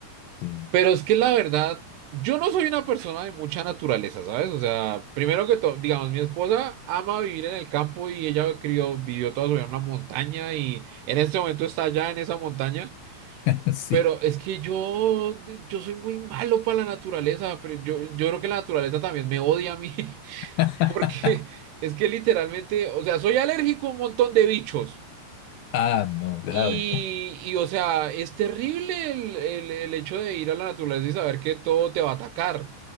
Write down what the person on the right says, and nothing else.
Pero es que la verdad, yo no soy una persona de mucha naturaleza, ¿sabes? O sea, primero que todo, digamos, mi esposa ama vivir en el campo y ella crió, vivió toda su vida en una montaña y en este momento está allá en esa montaña.
Pero es que yo, yo soy muy malo para la naturaleza, pero yo, yo creo que la naturaleza también me odia a mí, <laughs>
porque es que literalmente, o sea, soy alérgico a un montón de bichos.
Y, y, o sea, es terrible el, el el hecho de ir a la naturaleza y saber que todo te va a atacar.